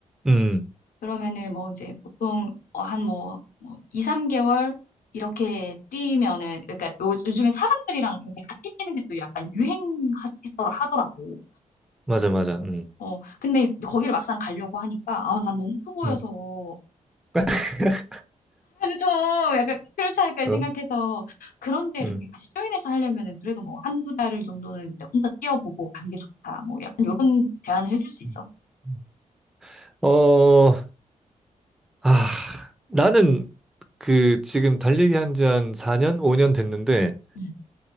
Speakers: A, in the centre; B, on the left.
A: 음.
B: 그러면은 뭐 이제 보통 어 한뭐 뭐 2, 3개월 이렇게 뛰면은 그러니까 요, 요즘에 사람들이랑 이렇게 같이 뛰는 게 또 약간 유행했더라 하더라고.
A: 맞아 맞아. 음.
B: 어 근데 거기를 막상 가려고 하니까 아 난 너무 초보여서
A: 음. <laughs>
B: 저는 좀 약간 클럽차까지
A: 어?
B: 생각해서 그런데 이렇게
A: 음.
B: 같이 조인해서 하려면은 그래도 뭐 한 두 달 정도는 이제 혼자 뛰어보고 가는 게 좋다. 뭐 약간 이런 제안을 해줄 수 있어?
A: 음. 음. 어, 아, 나는 그 지금 달리기 한지 한 4년, 5년 됐는데
B: 응.